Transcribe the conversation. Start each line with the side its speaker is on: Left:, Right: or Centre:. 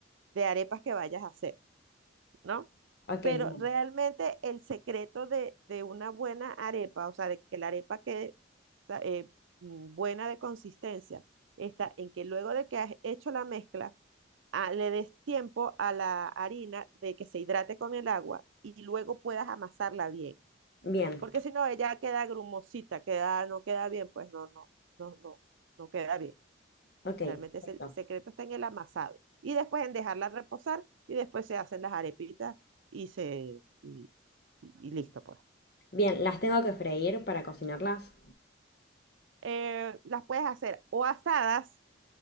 Right: de arepas que vayas a hacer. ¿no?
Left: Ok,
Right: Pero
Left: bien.
Right: realmente el secreto de, de una buena arepa, o sea, de que la arepa quede o sea, eh, mm, buena de consistencia, está en que luego de que has hecho la mezcla, ah, le des tiempo a la harina de que se hidrate con el agua y luego puedas amasarla bien.
Left: Bien,
Right: Porque si no, ella queda grumosita, queda, no queda bien, pues no, no, no, no, no queda bien.
Left: ok, perfecto.
Right: Realmente es el, secreto está en el amasado. Y después en dejarla reposar y después se hacen las arepitas y se y, y- y listo pues.
Left: Bien, ¿las tengo que freír para cocinarlas?
Right: Eh, las puedes hacer o asadas